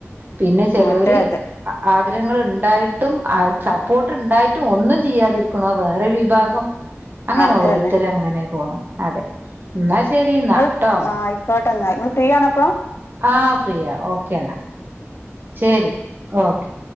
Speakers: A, on the right; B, on the left.
A: പിന്നെ ചെലൊര്
B: അതെ അതെ
A: ആഗ്രഹങ്ങൾ ഉണ്ടായിട്ടും സപ്പോർട്ട് ഉണ്ടായിട്ടും ഒന്നും ചെയ്യാതിരിക്ക ന്നാ വേറെ വിഭാഗം അങ്ങനെ
B: അതന്നെ
A: ഓരോരുത്തര് അങ്ങനെ പോണം അതെ എന്നാ ശരി എന്നാ
B: ങ്ങൾ
A: ട്ടോ
B: ആഹ് ആയ്കോട്ടെ എന്നാ നിങ്ങൾ ഫ്രീ ആണോ ഇപ്പൊ
A: ആഹ് ഫ്രീയാ ഓക്കെ എന്നാ ശരി ഓക്കെ